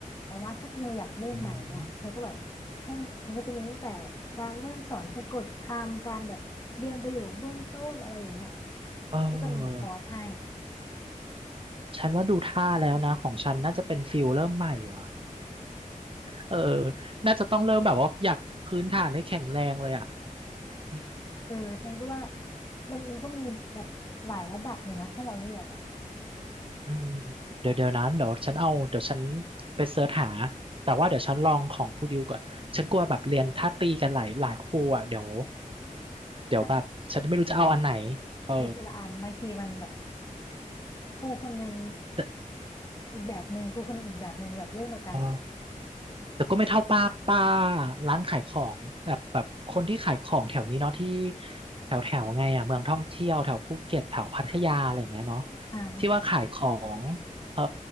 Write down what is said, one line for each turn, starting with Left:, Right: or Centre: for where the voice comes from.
Left: แต่ว่าถ้าเธออยากเริ่มใหม่เนี่ยเธอก็แบบให้มันก็จะมีตั้งแต่การเริ่มสอนสะกดคำการแบบเรียงประโยคเบื้องต้นอะไรอย่างเงี้ย
Right: อืมเออ
Left: ก็จะมีคอร์สให้
Right: ฉันว่าดูท่าแล้วนะของฉันน่าจะเป็นฟิลเริ่มใหม่วะ เออน่าจะต้องเริ่มแบบว่าอยากพื้นฐานให้แข็งแรงเลยอ่ะอืม
Left: เออฉันก็ว่ามันมันก็มีแบบหลายระดับเลยนะให้เราเลือกอะ
Right: อืมเดี๋ยวเดี๋ยวนั้นเดี๋ยวฉันเอาเดี๋ยวฉันไปเสิร์ชหา แต่ว่าเดี๋ยวฉันลองของครูดิวก่อน ฉันกลัวแบบเรียนถ้าตีกันหลายหลายครูอ่ะเดี๋ยวเดี๋ยวแบบฉันไม่รู้จะเอาอันไหน
Left: ใช่
Right: เออ
Left: ไปทีละอันบางทีมันแบบครูคนหนึ่ง
Right: แต่
Left: อีกแบบหนึ่งครูคนหนึ่งอีกแบบหนึ่งแบบเรื่องเดียวกันอะ
Right: เออ แต่ก็ไม่เท่าป้าป้าร้านขายของแบบแบบคนที่ขายของแถวนี้เนาะที่แถวแถวไงอ่ะเมืองท่องเที่ยวแถวภูเก็ตแถวพัทยาอะไรอย่างเงี้ยเนาะ
Left: อ่า
Right: ที่ว่าขายของเอ่อ